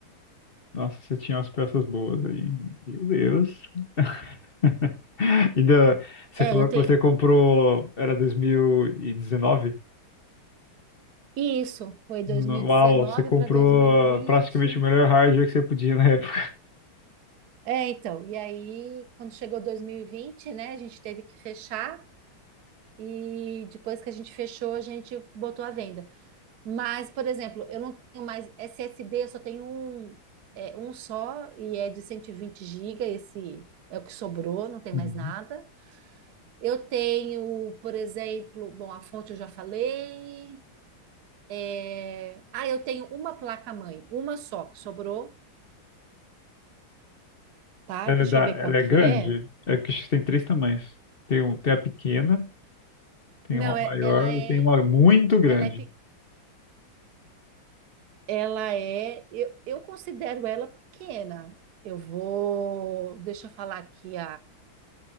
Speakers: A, on the left (about 35°); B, on the right (about 60°).
A: Nossa, você tinha umas peças boas aí. Meu Deus. <laughs> Ainda, você falou
B: É, eu
A: que
B: tenho.
A: você comprou, era 2019?
B: Isso, foi 2019
A: No- Uau, você comprou
B: para dois mil e vinte.
A: praticamente o melhor hardware que você podia na <laughs> época.
B: É, então, e aí, quando chegou 2020, né, a gente teve que fechar, e depois que a gente fechou, a gente botou à venda. Mas, por exemplo, eu não tenho mais SSD, eu só tenho um, é, um só e é de cento e vinte gigas esse é o que sobrou, não tem
A: Uhum.
B: mais nada. Eu tenho, por exemplo, bom, a fonte eu já falei. é, Ah, eu tenho uma placa-mãe, uma só que sobrou, tá?
A: Ela
B: Deixa
A: é, da-
B: eu ver
A: ela
B: qual que
A: é grande?
B: é.
A: É que acho que tem três tamanhos. Tem, um, tem a pequena, tem
B: Não,
A: uma maior
B: é- ela é,
A: e tem uma muito grande.
B: ela é, pe- ela é, eu, eu considero ela pequena. Eu vou, deixa eu falar aqui